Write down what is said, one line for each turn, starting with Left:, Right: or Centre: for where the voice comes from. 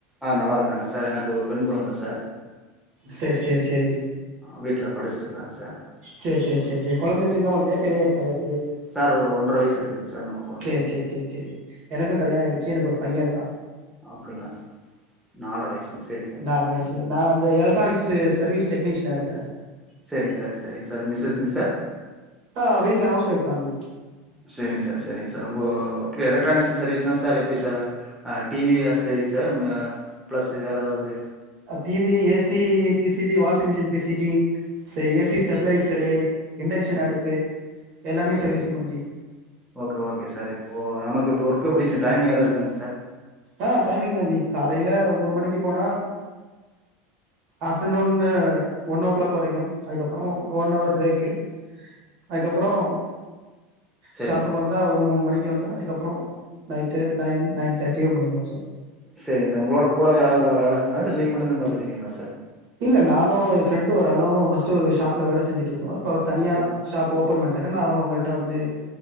Centre: ஆ நல்லாருக்காங்க சார் எனக்கு ஒரு பெண் கொழந்த சார்
Right: சேரி சேரி சேரி
Centre: வீட்ல படிச்சிட்டு இருக்கறாங்க சார்
Right: சேர் சேர் சேர் சேர் கொழந்த சின்ன கொழந்தையா பெரிய பெரிய
Centre: சார் ஒரு ஒன்ற வயசு இருக்கு சார் நம்ம குழந்தைக்கு
Right: சேர் சேர் சேர் சேரி எனக்கும் கல்யாணம் ஆயிடுச்சு எனக்கு ஒரு பையன் இருக்கான்
Centre: அப்டிங்களா சார் நால்ர வயசுங்க சேரி சார்
Right: நால்ர
Centre: சேரி
Right: வயசு நா அந்த எலக் ட்ரானிக்ஸ் சர்வீஸ் டெக்னீஷியனா இருக்கேன்
Centre: சேரிங்க சார் சேரிங்க சார் மிஸ்ஸஸ்ங்க சார்
Right: ஆஹ் வீட்ல ஹவுஸ் வொய்ஃப் தான் அது
Centre: சேரிங்க சார் சேரிங்க சார் உங்க ஓகே எலக்ட்ரானிக்ஸ் சர்வீஸ்னா சார் எப்டி சார் ஆஹ் டி வி அசசரிஸா பிளஸ் வேற ஏதாவது
Right: ஆஹ் T V A C P C P washing P C P ச A C stabiliser induction
Centre: S
Right: அடுப்பு எல்லாமே சர்வீஸ் பண்ணுவஜி
Centre: ஓகே ஓகே சார் இப்போ நமக்கு இப்ப ஒர்கு எப்டி ச டைமிங் எதாது இருக்குங்க சார்
Right: ஆஹ் டைமிங் தான் ஜி காலையில ஒன்பது மணிக்கு போனா ஆஃப்டர்நூன் ஒன் ஓ கிளாக் வரைக்கும் அதுக்கப்புறம் ஒன் ஹவர் பிரேக்கு அதுக்கப்புறம்
Centre: சரிங்க
Right: ஷாப்புக்கு
Centre: சார்
Right: வந்தா ஒரு மூணு மணிக்கு வந்தா அதுக்கப்புறம் நைட்டு நைன் நைன் தேவை முடிஞ்சிடும் சார்
Centre: சரி சார் உங்களோட கூட யார வேலை செய்றாங்களா சார் இல்ல நீங்க மட்டும் தான் பாத்துட்டுருகீங்களா சார்
Right: இல்ல நானும் என் ஃப்ரெண்டு ஓரு ஆளும் ஃபர்ஸ்ட் ஒரு ஷாப்ல வேலை செஞ்சுட்டு இருந்தோம் இப்போ அவர் தனியா
Centre: சரி
Right: ஷாப் ஓப்பன் பண்ணிட்டரு நான் அவங்கள்க்ட வந்து